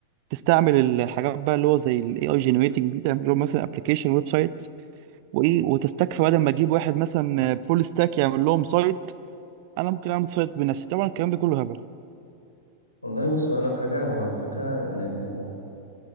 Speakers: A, on the right (about 45°); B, on the left (about 85°).
A: تستعمل الحاجات بقى اللي هو زي الاي اي جنريتنج دي تعمل لهم مثلا ابلكيشن ويب سايت وايه وتستكفى بدل ما اجيب واحد مثلا فول ستاك يعمل لهم سايت انا ممكن اعمل سايت بنفسي طبعا الكلام ده كله هبل
B: والله بص هقول لك حاجه هو الفكره ان ال